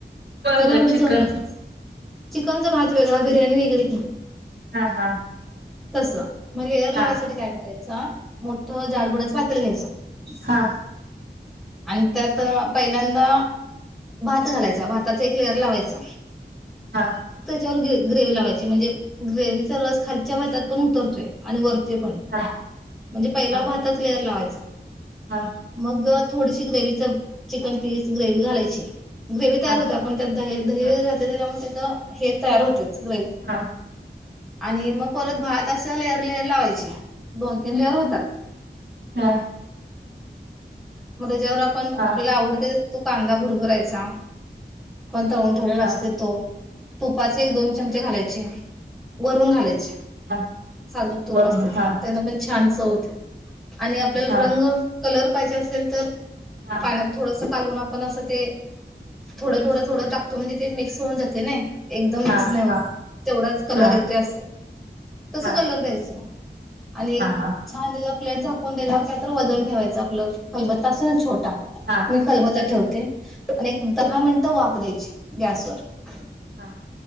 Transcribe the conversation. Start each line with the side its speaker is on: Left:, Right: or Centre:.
Right: होय
Centre: त्याला
Right: होय
Centre: एवढी
Right: चिकन.
Centre: चव नसते. चिकनचा भात वेगळा, बिर्याणी वेगळी ती.
Right: हा हा.
Centre: तस. म लेअर लावायसाठी
Right: हा
Centre: काय करायच? जा. मोठ जाडबुडाच पातील घ्यायच
Right: हा
Centre: आणि त्यात पहिल्यांदा आता भात घालायचा भाताचा एक लेअर लावायच.
Right: हा
Centre: त्यानंतर ग्रेव्ही लावायची म्हणजे ग्रेव्हीचा रस खालच्या भातात पण उतरतोय आणि वरच्या ते पण,
Right: हा
Centre: म्हणजे पहिला
Right: हा
Centre: भाताचा लेअर लावायचं.
Right: हा
Centre: <unintelligible> मग. थोडीशी ग्रेव्हीच चिकन पीस ग्रेव्ही घालायची. ग्रेव्ही तयार
Right: हा हा
Centre: होतय पण आपण त्यात द दही
Right: हा
Centre: वगैरे घातलय त्याच्या मुळे त. हे तयार होते नाही
Right: हा हा
Centre: आणि मग परत भात असं लेअर लेअर लावायचे दोन तीन लेअर होतात
Right: हा
Centre: मध्ये जा ण
Right: हा
Centre: आपल्याला
Right: हा
Centre: आवड तो कांदा भर बरायचा कोणता ऊं ठेवलेला
Right: हा
Centre: असते तो तू पाच एक दोन चमचे घालायचे वरून घालायचे
Right: हा
Centre: साजूक तोप
Right: वर्ण
Centre: असते
Right: हा
Centre: ते पण छान होत आणि आपल्याला
Right: हा
Centre: कलर पाहिजे असेल तर
Right: हा
Centre: पाण्यात थोडस ालून आपण असं ते थोडं
Right: मिक्स
Centre: थोड थोडं
Right: करून
Centre: टकतो म्हणजे ते मिकस होऊन जाते ना एकदम मिक्स
Right: हा
Centre: नाही होत
Right: हा
Centre: तेवढाच कलर
Right: हा
Centre: येतोय असं तस
Right: हा
Centre: कलर द्यायचं आणि
Right: हा हा
Centre: छान त्या ूनला हो तर वजन ठेवायचं आपलं खलबत्त असं ना छोट
Right: हा
Centre: मी खलबत
Right: हा
Centre: ठेवते आणि
Right: हा
Centre: दहा मिनट बयची गॅसवरर
Right: हा